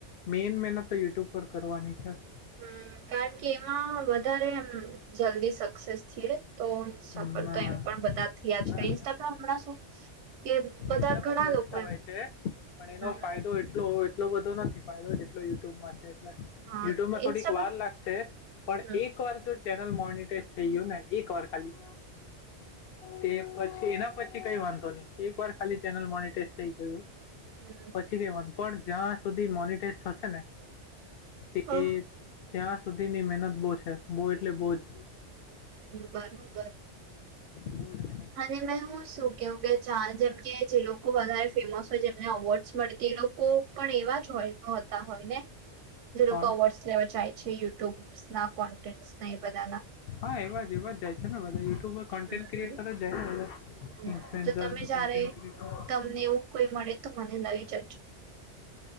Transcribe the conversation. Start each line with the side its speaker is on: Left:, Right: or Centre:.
Left: મેન મહેનત તો યુટ્યુબ પર કરવાની છે.
Right: હ કારણ કે એમાં વધારે એમ જલ્દી સક્સેસ છીએ. તો ઇન્સ્ટા
Left: હમ,
Right: પર
Left: હા
Right: તો એમ પણ બધા થીયાજકા
Left: હા,
Right: ઇન્સ્ટા પર હમણાં શું કે બધા
Left: હેસા
Right: ઘણા
Left: પર જલ્દી
Right: લોકો
Left: થવાય
Right: એમ
Left: છે પણ એનો
Right: હમ
Left: ફાયદો
Right: હમ
Left: એટલો એટલો બધો નથી ફાયદો જેટલો યુટ્યુબમાં છે.
Right: હા
Left: યુટ્યુબ માં થોડીક
Right: ઇન્સ્ટા
Left: વાર
Right: પર
Left: લાગશે પણ
Right: હમ
Left: એક વાર જો ચેનલ મોનટાઈઝ થઈ ગયું ને એક વાર ખાલી તે પછી એના પછી કઈ વાંધો નહી એક વાર ખાલી ચેનલ મોનિટાઈઝ થઈ ગયું.
Right: હમ
Left: છી પણ જ્યાં સુધી મોનટાઈઝ થશે ને તે
Right: હમ હા.
Left: ત્યાં સુધીની મહેનત બહુ છે બો એટલે બો જ
Right: બરાબર
Left: બોજમેન
Right: અને મે હું શું કેવું કે ચા જેમ કે જે લોકો વધારે ફેમસ હોય જેમ અવોર્ડ મળતી એ લોકો પણ એવા જ હોય હોતા હોય ને જે લોકો
Left: કોણ
Right: અવોર્ડ લેવા જાય છે યુટ્યુબ ના કોન્ટેન્ટ એ બધાના
Left: હા એવા જ એવા જાય છેને બધા યુટ્યુબર કન્ટેન્ટ
Right: હમ
Left: ક્રિએેટર
Right: હમ
Left: જાય
Right: હમ
Left: ઇન્ફ્લુએન્ઝર
Right: તો તમે જયારે
Left: કન્ટેન્ટ ક્રિએેટર
Right: તમને એવું કોઈ મળે તો મને લઈ જજો